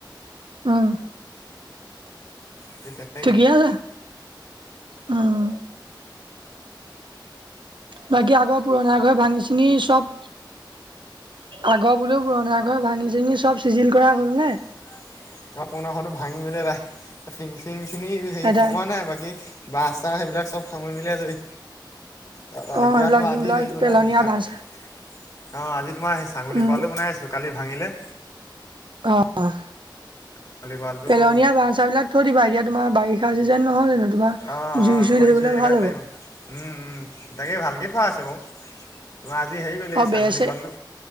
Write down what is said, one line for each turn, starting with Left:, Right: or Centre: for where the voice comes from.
Right: উম'
Left: সেই তেনে
Right: ঠিকে আছে উম' বাকী আগৰ পুৰণা ঘৰ ভাঙি চিঙি চব আগৰ বোলেও পুৰণা ঘৰ ভাঙি চাঙি চব চিজিল কৰা হল নে?
Left: অ' পুৰণা ঘৰটো ভাঙিমেলি আদাই টিং চিং খিনি হেৰি
Right: এটাই
Left: সামৰা নাই বাকী বাঁহ চাহ সেইবিলাক চব সামৰি মেলি আজৰি। তাৰপা
Right: অ
Left: এতিয়া
Right: এইবিলাক
Left: তোমাৰ
Right: যোনবিলাক
Left: আজি হেৰি বনাই
Right: পেলনীয়া
Left: আছিলো চা
Right: বাছ
Left: অ আজি তোমাৰ স ছাগলী
Right: উম
Left: কঁৱালো বনাই আছিলো কালি ভাঙিলে
Right: অঁ
Left: ছাগলী গঁৰালটো
Right: পেলনীয়া বা্ছ বিলাক থৈ দিবা এতিয়া তোমাৰ বাৰিষা চিজন নহয় জানো তোমাৰ
Left: অঁ অঁ
Right: জুই চুই
Left: খৰি
Right: ধৰিবলে
Left: চৰি সেইকাৰণে
Right: ভাল হ'ব
Left: লাগিব, উম উম তাকে ভালকে থোৱা আছে বাৰ তোমাৰ আজি হেৰি কৰিলে
Right: আৰু
Left: এই ছাগলী
Right: বেৰ চেৰ
Left: গোৱালটো